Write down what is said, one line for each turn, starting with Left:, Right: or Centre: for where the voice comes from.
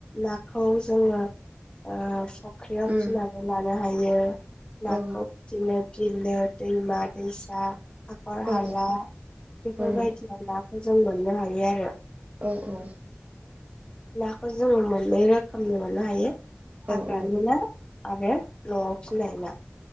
Left: नाखौ जोंङो ओ सं ओंख्रियाव
Right: उम
Left: थिलानो लानो हायो नाखौ
Right: औ
Left: इदिनो बिरनो दैमा दैसा हाखर
Right: औ
Left: हाला बेफोरबायदि
Right: औ
Left: नाखौ जों मोननो हायो आरो।
Right: औ औ
Left: ना खौ जोंङो मोननै रोखोमनि मोननो हायो। हाग्रानि
Right: औ
Left: ना आरो न' आव फिनाय ना।